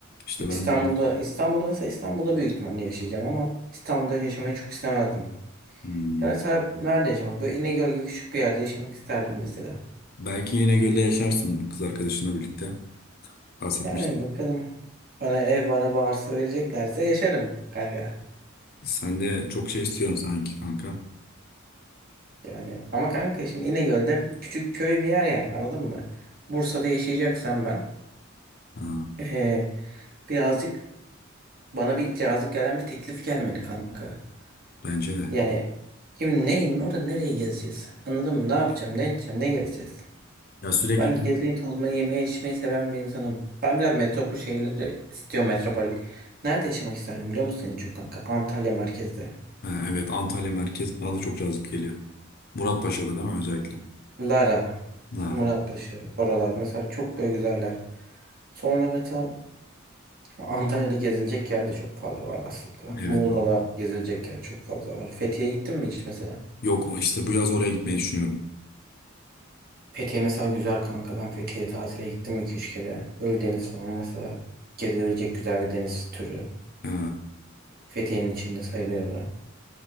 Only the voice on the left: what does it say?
işte
ben de
Hmm.
Belki yine gölde yaşarsın kız arkadaşınla birlikte. bahsetmiştim.
Sen de çok şey istiyorsun sanki kanka.
Ha,
bence de.
Ya sürekli
ha, evet Antalya merkez bana da çok cazip geliyor. Muratpaşa'da değil mi özellikle?
Lara.
Evet.
Yok o işte bu yaz oraya gitmeyi düşünüyorum.
Ha,